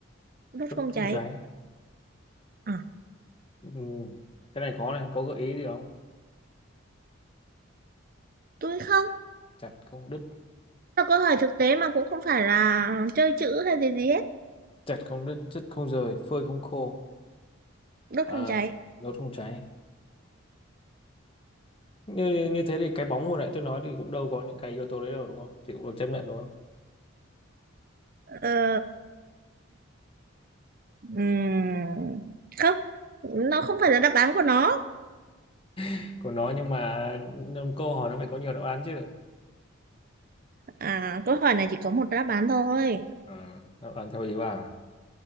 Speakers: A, on the right (about 45°); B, on the left (about 25°).
A: đốt
B: đốt
A: không cháy.
B: không cháy
A: À,
B: ừ. cái này khó này có gợi ý gì không
A: tôi không
B: chặt không đứt
A: là câu hỏi thực tế mà cũng không phải là chơi chữ hay gì gì hết
B: chặt không đứt đứt không rời phơi không khô
A: đốt
B: à,
A: phòng cháy
B: đốt không cháy như, như như thế thì cái bóng hồi nãy tôi nói thì cũng đâu có những cái yếu tố đấy đâu đúng không thì cũng được chấp nhận đúng không
A: ờ, ừm, không nó không phải là đáp án của nó
B: <laughs> của nó nhưng mà câu hỏi nó phải có nhiều đáp án chứ
A: à, câu hỏi này chỉ có một đáp án thôi
B: Ờ, đáp án theo ý bà à?